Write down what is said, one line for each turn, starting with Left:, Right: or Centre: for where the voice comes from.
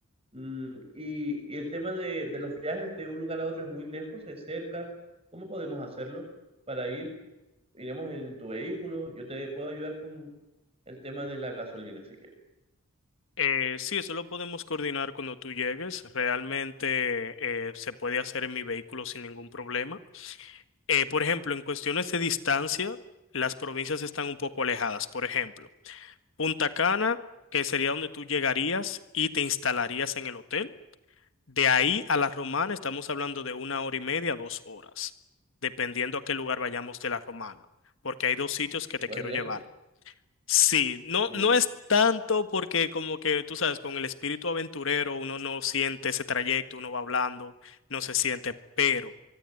Right: mm, y, y el tema de, de los viajes de un lugar a otro es muy lejos, es cerca. ¿Cómo podemos hacerlo para ir? Iremos en tu vehículo. Yo te puedo ayudar con el tema de la gasolina si quieres.
Left: Eh, sí, eso lo podemos coordinar cuando tú llegues. Realmente eh, se puede hacer en mi vehículo sin ningún problema. Eh, por ejemplo, en cuestiones de distancia, las provincias están un poco alejadas, por ejemplo. Punta Cana, que sería donde tú llegarías y te instalarías en el hotel. De ahí a La Romana estamos hablando de una hora y media, dos horas, dependiendo a qué lugar vayamos de La Romana, porque hay dos sitios que
Right: Igual
Left: te quiero
Right: es lejos.
Left: llevar. Sí, no,
Right: Bien.
Left: no es tanto porque como que tú sabes, con el espíritu aventurero uno no siente ese trayecto, uno va hablando, no se siente, pero...